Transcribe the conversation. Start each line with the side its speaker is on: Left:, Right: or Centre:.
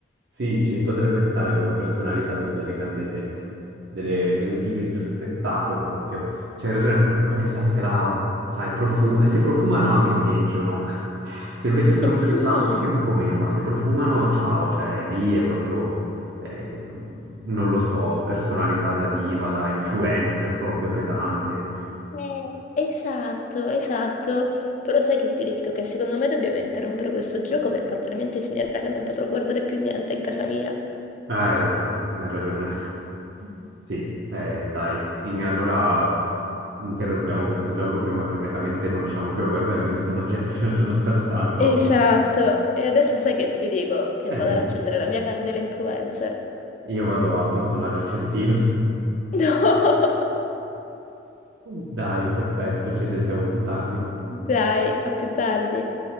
Right: Sì, ci potrebbe stare come personalità per delle candele, delle, delle dive dello spettacolo proprio. C'hai ragione, proprio perché sai, se la... sai, profu- eh, se profumano anche peggio, no? <laughs> Se invece sono
Left: Eh sì...
Right: quelle classiche un po' meno, ma se profumano, ciao, cioè lì è proprio... eh, non lo so, personalità da diva, da influencer proprio pesante.
Left: Eh, Esatto, esatto. Però sai che ti dico che secondo me dobbiamo interrompere questo gioco perché altrimenti finirà che non potrò guardare più niente in casa mia.
Right: Ah, hai ragione, hai ragione. <laughs> Sì, eh, dai, in- allora interrompiamo questo gioco prima che veramente non riusciamo più a guardare nessun oggetto <laughs> nella nostra stanza.
Left: Esatto.
Right: o-
Left: E adesso sai che ti dico che
Right: Eh,
Left: vado
Right: dimmi,
Left: ad accendere la mia candela influencer.
Right: io vado a consolare il cestino. <laughs>
Left: <laughs> No!
Right: Dai, perfetto, ci sentiamo più tardi.
Left: Dai, a più tardi.